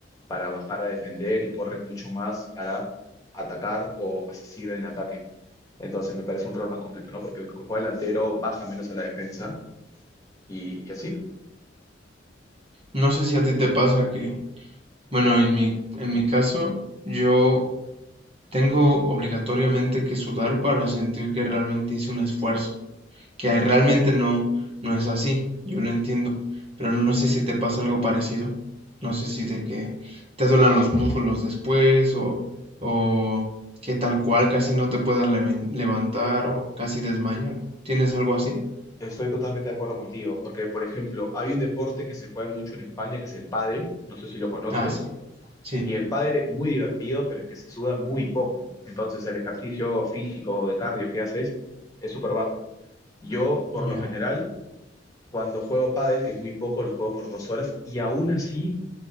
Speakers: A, on the left; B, on the right.
A: para bajar a defender y corres mucho más para atacar o asistir en ataque. Entonces, me parece un rol más completo, ¿no? Porque el que juega delantero baja menos a la defensa y, y así.
B: No sé si a ti te pasa que, bueno, en mi, en mi caso, yo tengo obligatoriamente que sudar para sentir que realmente hice un esfuerzo. que realmente no, no es así, yo lo entiendo, pero no sé si te pasa algo parecido, no sé si
A: Y
B: de que te duelen los músculos después o, o que tal cual casi no te puedas leven- levantar o casi desmayar. ¿Tienes algo así?
A: Estoy totalmente de acuerdo contigo, porque por ejemplo, hay un deporte que se juega mucho en España, que es el pádel, no sé si lo conoces,
B: Ah, sí, sí,
A: Y el pádel es muy divertido, pero es que se suda muy poco. Entonces el ejercicio físico de cardio que haces es súper bajo. Yo, por
B: ya.
A: lo general, cuando juego pádel, que es muy poco, lo juego por dos horas y aún así,